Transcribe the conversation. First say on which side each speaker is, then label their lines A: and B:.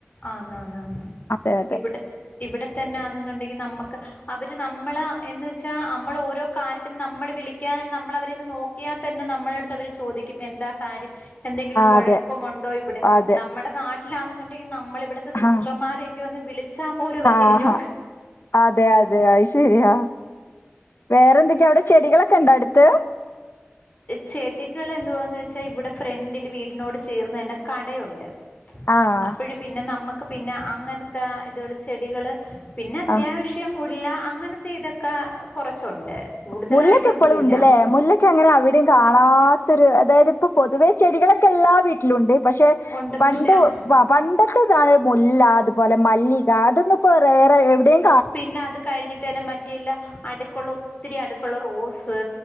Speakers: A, on the left (about 35°); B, on the left (about 60°).
A: ആന്നാന്നാന്ന്
B: അതെ
A: ഇവടെ ഇവടെ തന്നാണെന്നുണ്ടെങ്കി നമ്മുക്ക് അവര് നമ്മള് എന്ന് വെച്ചാ നമ്മൾ ഓരോ കാര്യത്തിനും നമ്മള് വിളിക്കാനും നമ്മളവരെ ഒന്ന് നോ ക്കിയാ തന്നെ നമ്മളെടുത്ത് അവര് ചോദിക്കും എന്താ കാര്യം. എന്തെങ്കിലും കുഴപ്പമുണ്ടോ
B: അതെ ആഹ് അതെ
A: ഇവിടെ.
B: അതെ
A: നമ്മുടെ നാട്ടിലാണെന്നുണ്ടെങ്കി നമ്മളിവിടുത്തെ സിസ്റ്റർമാരെ
B: ആഹ്
A: ഒക്കെ ഒന്ന് വിളിച്ചാ പോലും അവര്
B: ആഹ്
A: തിരിഞ്ഞ നോക്ക
B: അതെ അതെ അഹ് ശെരിയാ. വേറെ എന്തൊക്കെയാ അവിടെ ചെടികളൊക്കെ ഉണ്ടോ അടുത്ത്?
A: ചെടികൾ എന്തുവാന്ന് വെച്ചാ ഇവടെ ഫ്രണ്ടില് വീടിനോട് ചേർന്ന് തന്നെ കടയുണ്ട്.
B: ആഹ്
A: അപ്പഴ് പിന്നെ നമ്മക്ക് പിന്നെ അങ്ങനത്തെ ഇത് ചെടികള് പിന്നെ അത്യാവശ്യ
B: ആ
A: മുല്ല അങ്ങനത്തെ ഇതൊക്കെ കൊറച്ചുണ്ട്. കൂടുതലായിട്ടൊന്നുമില്ല
B: മുല്ലക്കെ ഇപ്പളു ഇണ്ട്ല്ലേ മുല്ല ക്ക്‌ അങ്ങനെ അവിടിം കാണാത്തൊരു അതായത് ഇപ്പൊ പൊതുവെ ചെടികളൊക്കെ എല്ലാ വീട്ടിലുണ്ട്. പക്ഷെ
A: ഉണ്ട്
B: പണ്ട്
A: പക്ഷെ ആ
B: ബാ പണ്ടത്തെ ഇതാണ് മുല്ല അതുപോലെ മല്ലിക അതൊന്നുപ്പോ വേറെ എവിടേം
A: പിന്നെ അത് കഴിഞ്ഞിട്ടെന്നെ മറ്റേല്ല അടുക്കുള്ള ഒത്തിരി അടുക്കുള്ള റോസ്.